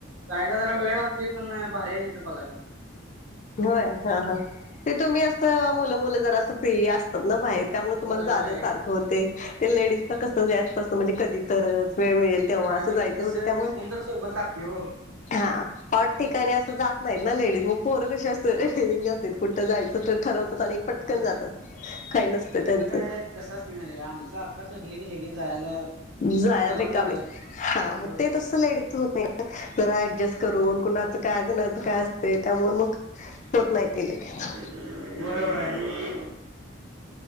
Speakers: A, on the right (about 80°); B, on the left (about 35°).
A: जायला जरा वेळ लागते पण भारी्याय येत बघायला
B: होय हा हा
A: होय
B: ते तुम्ही असं मुलं मुलं जर असं फ्री असतात ना बाहेर त्यामुळे
A: होय
B: तुम्हाला जाणं
A: होय
B: सारखं होते ते लेडीजला कसंसं म्हणजे कधी तरच वेळ मिळेल तेव्हा
A: होय
B: असं
A: आणि
B: जायचं
A: कसं
B: होत त्यामुळे
A: कोणतर सोबत लागते हो
B: हा हॉट ठिकाणी असं जात नाहीत ना लेडीज म पोरं कशी असतं रिंग असत कुठं जायचं तर ठरवतात आणि
A: होय.
B: पटकन जातात काही नसत
A: आमचं
B: त्यांचं
A: काय कसं असते माहिती आहे का आमचं आता ठरलं की लगेच जायला
B: जाय
A: चलाच
B: विकावे
A: म्हणतात
B: हा मग
A: होय
B: ते तसं लेडीच होत नाही जरा ऍडजस्ट करून
A: होय
B: कुणाचं काय कुणाचं काय असतं त्यामुळे मग होत नाही ते लगेच.
A: वय